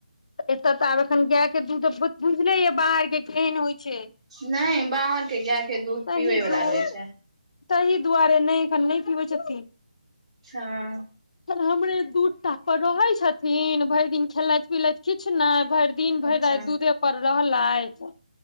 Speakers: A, on the left; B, on the right.
A: एतय तऽ आब अखन गाय केँ दूध बुझले या बाहर कें केहन होइ स
B: नहि बाहर के गाय के दूध
A: सहि
B: पीबै वाला
A: दू <unintelligible>
B: रहै छै
A: तहि दुआरे नहि एखन नहि पिबैत छथीन
B: छा <unintelligible>
A: हमरे दू टा पर रहय छथिन भरि दिन खेलैत पिलैत किछ नहि भरि दिन भरि
B: अच्छा
A: राति दूधे पर रहलथि